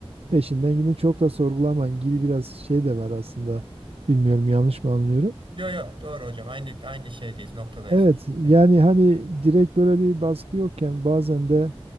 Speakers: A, on the right (about 75°); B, on the right (about 55°).
A: Peşinden gidin çok da sorgulamayın gibi biraz şey de var aslında. Bilmiyorum yanlış mı anlıyorum?
B: Yo yo doğru hocam. Aynı aynı şeydeyiz, noktadayız.
A: Evet yani
B: Ya.
A: hani direkt böyle bir baskı yokken bazen de